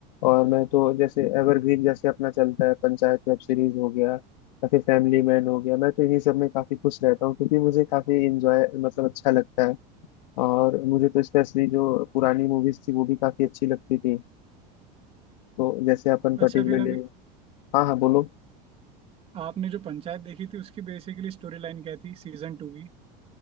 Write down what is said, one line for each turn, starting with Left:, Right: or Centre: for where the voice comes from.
Left: और मैं तो जैसे एवरग्रीन जैसे अपना चलता है पंचायत वेब सीरीज हो गया या फिर फैमिली मैन हो गया मैं तो इन्हीं सब में काफी खुश रहता हूँ क्योंकि मुझे काफी इंजॉय मतलब अच्छा लगता है और मुझे तो स्पेशली जो पुरानी मूवीज थी वो भी काफी अच्छी लगती थी तो जैसे अपन पर्टिकुलरली
Right: अच्छा फिर अभी
Left: हाँ हाँ बोलो
Right: आपने जो पंचायत देखी थी उसकी बेसिकली स्टोरी लाइन क्या थी सीजन टू की